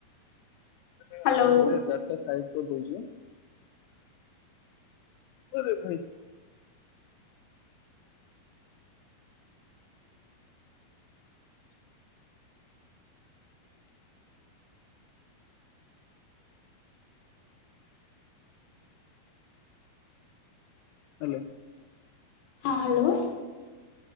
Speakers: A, on the left (about 85°); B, on the left (about 70°).
A: <unintelligible>
B: ହ୍ୟାଲୋ
A: ଗାଡିଟା ସାଇଡ କରିଦଉଛି। ଓରେ ଭାଇ। ହାଲୋ।
B: ହଁ ହାଲୋ।